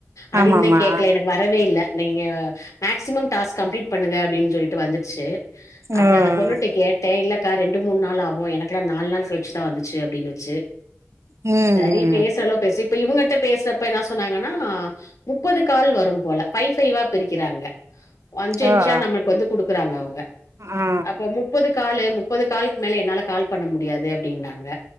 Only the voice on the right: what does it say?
ஆமாமா
ஓ ம்
ம்
ஓ
ஆ
ஆ